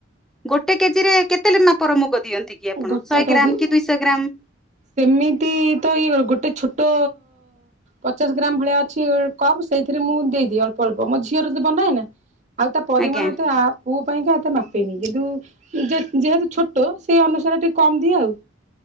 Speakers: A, in the centre; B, on the right (about 35°).
A: ଗୋଟେ କେଜି ରେ କେତେ ମାପର ମୁଗ ଦିଅନ୍ତି କି ଆପଣ
B: ଗୋଟା
A: ଶହେ
B: କାଜି
A: ଗ୍ରାମ କି ଦୁଇଶହ ଗ୍ରାମ।
B: ସେମିତି ତ ଇଏ ଗୋଟେ ଛୋଟ ପଚାଶ ଗ୍ରାମ ଭଳିଆ ଅଛି କପ୍ ସେଇଥିରେ ମୁଁ ଦେଇଦିଏ ଅଳ୍ପ ଅଳ୍ପ ମୋ ଝିଅର ବନାଏ ନାଁ। ଆଉ ତା ପରିମାଣ
A: ଆଜ୍ଞା
B: ତ ଆ ପୁଅ ପାଇଁକା ଏତେ ମାପିନି କିନ୍ତୁ ଯେ ଯେହେତୁ ଛୋଟ ସେଇ ଅନୁସାରେ ଟିକେ କମ ଦିଏ ଆଉ।